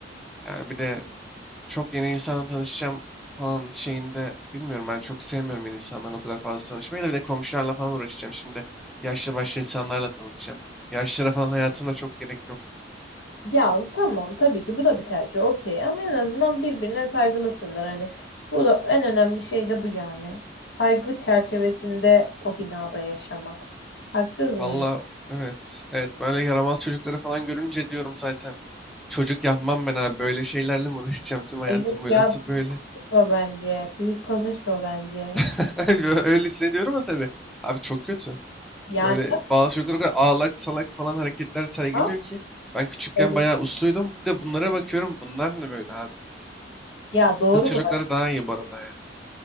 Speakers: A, in the centre; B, on the left (about 85°).
A: Yani bir de çok yeni insanla tanışacağım falan şeyinde bilmiyorum ben çok sevmiyorum yeni insanlarla o kadar fazla tanışmayı da bir de komşularla falan uğraşacağım. Şimdi yaşlı başlı insanlarla tanışacağım. Yaşlılara falan hayatımda çok gerek yok.
B: Ya tamam tabii ki bu da bir tercih okey ama en azından birbirine saygılısınlar hani bu da- en önemli şey de bu yani saygı çerçevesinde o binada yaşamak haksız mıyım?
A: Valla evet evet böyle yaramaz çocukları falan görünce diyorum zaten. Çocuk yapmam ben abi böyle şeylerle mi uğraşacağım tüm hayatım
B: Ay Yok
A: boyu
B: ya
A: nasıl böyle?
B: boşma bence büyük konuşma bence
A: <laughs> Öyle hissediyorum ama tabii. Abi çok kötü.
B: yani
A: Böyle bazı çocuklar o kadar ağlak salak falan hareketler sergiliyor
B: tamam.
A: ki. Ben küçükken
B: ev-
A: bayağı usluydum. Bir de bunlara bakıyorum. Bunlar ne böyle abi?
B: Ya doğru
A: Kız çocukları
B: bu
A: daha iyi bu arada ya.